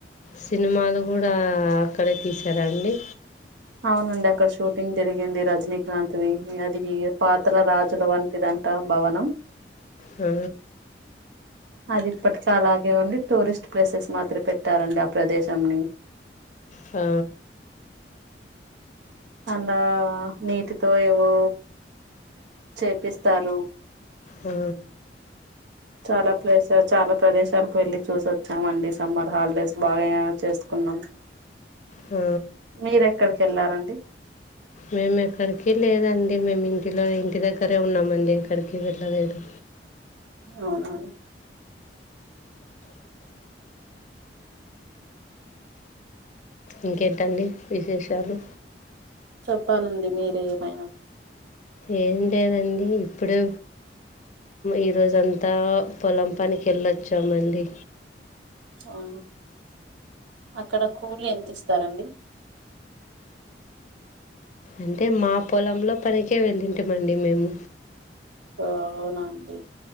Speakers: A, on the left; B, on the right.
A: సినిమాలు కూడా అక్కడే తీసారండి
B: అవునండి అక్కడ షూటింగ్ జరిగింది రజనీకాంత్ ది ఇగ అది పాతల రాజుల వంటి టిదంటా భవనము
A: ఆ
B: అది ఇప్పటికలాగే ఉండి టూరిస్ట్ ప్లేసెస్ మాత్ర పెట్టారండి ఆ ప్రదేశం ని
A: ఆ
B: అందా నీటితో ఏవో చేపిస్తారు
A: ఆ
B: చాలా ప్లేస్ చాలా ప్రదేశాలకు వెళ్లి చూసచ్చాం అండి సమ్మర్ హాలిడేస్ బాగా ఆ చేసుకున్నాం
A: ఆ
B: మీరెక్కడికి ఎళ్లారండి
A: మేము ఎక్కడికి లేదండి మేము ఇంటిలో ఇంటి దగ్గరే ఉన్నామండి ఎక్కడికి వెళ్ళలేదు
B: అవున
A: ఇంకేంటండి విశేషాలు
B: చెప్పాలండి మీరే ఏమైన
A: ఏం లేదండి ఇప్పుడు ఈరోజంతా పొలంపనికేళ్ళొచ్చామండి
B: ఆ అక్కడ కూలి ఎంతిస్తారండి
A: అంటే మా పొలంలో పనినికె వెళ్ళింటిమండి మేము
B: ఆ అవునా అండి